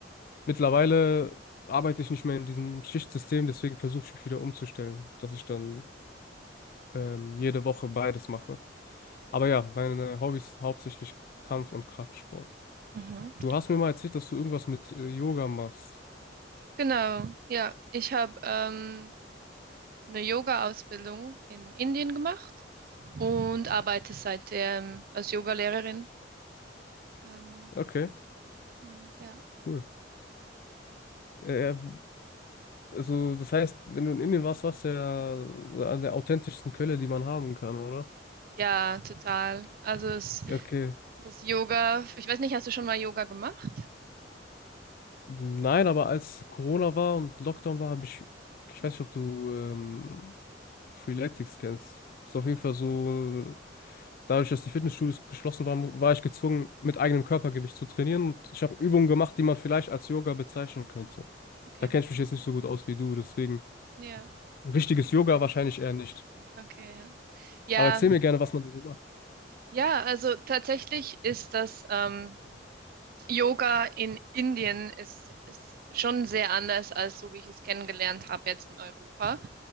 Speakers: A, on the left; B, on the right.
A: Mittlerweile arbeite ich nicht mehr in diesem Schichtsystem, deswegen versuche ich mich wieder umzustellen, dass ich dann ähm, jede Woche beides mache. Aber ja, meine Hobbys sind hauptsächlich Kampf- und Kraftsport.
B: Mhm.
A: Du hast mir mal erzählt, dass du irgendwas mit äh, Yoga machst.
B: Genau, ja. Ich habe ähm, eine Yoga-Ausbildung in Indien gemacht und arbeite seitdem als Yogalehrerin. Ähm,
A: Okay,
B: genau, ja.
A: cool. Äh, äh, also das heißt, wenn du in Indien warst, warst du ja äh, an der authentischsten Quelle, die man haben kann, oder?
B: Ja, total. Also es,
A: Okay.
B: das Yoga, ich weiß nicht, hast du schon mal Yoga gemacht?
A: Nein, aber als Corona war und Lockdown war, habe ich, ich weiß nicht, ob du ähm, Freeletics kennst. Ist auf jeden Fall so, dadurch, dass die Fitnessstudios geschlossen waren, mu- war ich gezwungen, mit eigenem Körpergewicht zu trainieren. Und ich habe Übungen gemacht, die man vielleicht als Yoga bezeichnen könnte.
B: Okay,
A: Da kenne ich mich jetzt nicht so gut aus wie du, deswegen
B: ja,
A: richtiges Yoga wahrscheinlich eher nicht.
B: okay, ja.
A: Aber erzähl
B: Ja,
A: mir gerne, was man da so macht.
B: ja, also tatsächlich ist das ähm, Yoga in Indien ist, ist schon sehr anders als so, wie ich es kennengelernt habe jetzt in Europa.